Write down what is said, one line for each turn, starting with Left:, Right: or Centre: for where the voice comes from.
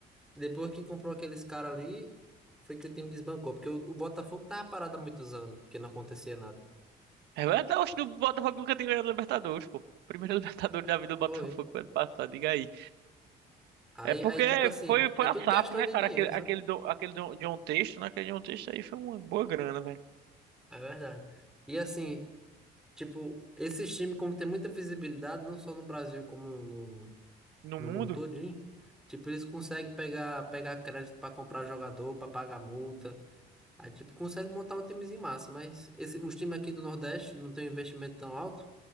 Centre: Depois que comprou aqueles caras ali, foi que o time desbancou. Porque o, o Botafogo tava parado há muitos anos, porque não acontecia nada.
Right: É verdade, oxe, o Botafogo nunca tinha ganhado Libertadores, pô. Primeiro <laughs> Libertadores da vida do Botafogo
Centre: Foi.
Right: foi ano passado, diga aí.
Centre: Aí,
Right: É porque
Centre: aí, tipo assim,
Right: foi, foi
Centre: é tudo
Right: a SAF,
Centre: questão
Right: né,
Centre: de
Right: cara?
Centre: dinheiro,
Right: Aquele,
Centre: sabe?
Right: aquele, do, aquele do, John Texto, né? Aquele John Texto aí foi uma boa grana, velho.
Centre: É verdade. E assim, Tipo, esses times, como tem muita visibilidade, não só no Brasil, como no, no,
Right: No
Centre: no
Right: mundo.
Centre: mundo todinho, tipo, eles conseguem pegar, pegar crédito para comprar jogador, para pagar multa. Aí, tipo, consegue montar um timezinho massa, mas esse, os times aqui do Nordeste não tem um investimento tão alto.